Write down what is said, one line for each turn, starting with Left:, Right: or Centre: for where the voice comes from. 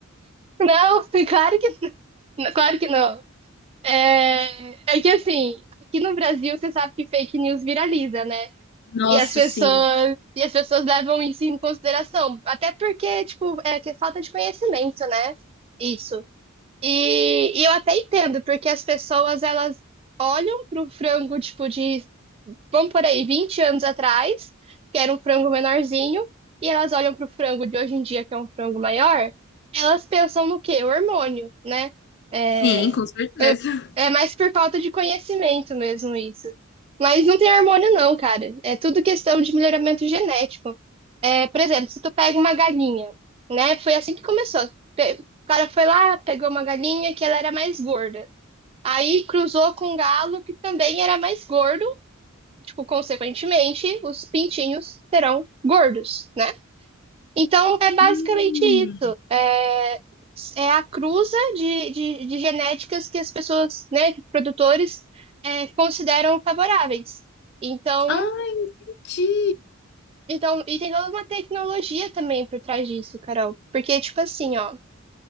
Right: Não, <laughs> claro que não. Claro que não. É, é que assim, aqui no Brasil você sabe que fake news viraliza, né?
Left: Nossa,
Right: E as pessoas,
Left: sim.
Right: e as pessoas levam isso em consideração. Até porque, tipo, é que é falta de conhecimento, né? Isso. E, e eu até entendo, porque as pessoas, elas olham pro frango, tipo, de vamos por aí, 20 anos atrás, que era um frango menorzinho, e elas olham pro frango de hoje em dia, que é um frango maior, elas pensam no quê? O Hormônio, né? É,
Left: Sim, com certeza.
Right: é mais por falta de conhecimento mesmo isso. Mas não tem hormônio não, cara. É tudo questão de melhoramento genético. É, por exemplo, se tu pega uma galinha, né? Foi assim que começou. Pe- O cara foi lá, pegou uma galinha que ela era mais gorda. Aí cruzou com um galo que também era mais gordo tipo, consequentemente, os pintinhos serão gordos, né? Então, é basicamente
Left: Hum.
Right: isso. É, é a cruza de, de, de genéticas que as pessoas, né, produtores, é, consideram favoráveis. Então,
Left: Ah, ti.
Right: então, e tem toda uma tecnologia também por trás disso, Carol. Porque, tipo assim, ó,